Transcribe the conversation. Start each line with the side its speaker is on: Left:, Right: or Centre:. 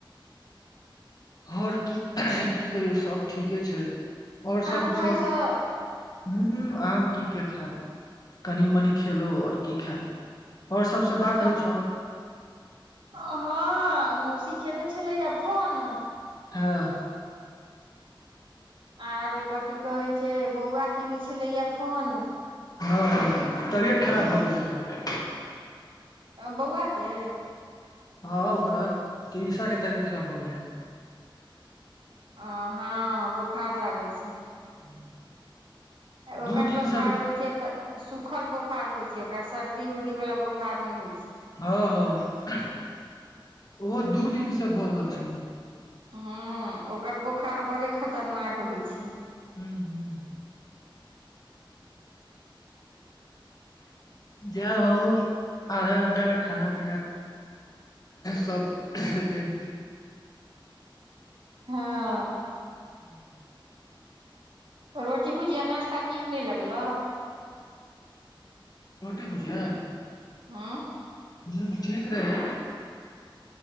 Left: आओर की, की कहियौ? सब ठीके छै। आओर सब,
Right: आम
Left: सब
Right: खाइ छौ
Left: हूॅं, आम की खायब, कनि-मनि खेलहुॅं, आओर की खायब? आओर सबसॅं बात
Right: कत
Left: होइ छौ?
Right: हँ, मौसी केने छलैया फोन।
Left: हँ
Right: आर कथि कहै छै बौआ केने छलैया फोन।
Left: हँ तबियत खराब भऽ गेलैये?
Right: बौआकेॅं?
Left: हँ ओकरा तृषा के तबियत खराब भऽ गेले हन
Right: ओ हँ बोखार लागेय छै
Left: <unintelligible>
Right: ओकर
Left: दिन
Right: बोखार
Left: से
Right: होइ छै तऽ सुूखल बोखार होइ छै ओकरा सर्दी उर्दी वला बोखार नहि होइ छै
Left: हँ हँ ओहो दू दिन से भऽ रहल छै
Right: हँ ओकर बोखार बड़े खतरनाक होइ छैय
Left: हू हू जाहो आधा घण्टा में खाना पीना सब हेतै
Right: हँ
Left: <unintelligible>
Right: रोटी भुजिया नाश्ता नीक नहि लगलह
Left: रोटी भुजिया
Right: हँ
Left: ह ठीक रहै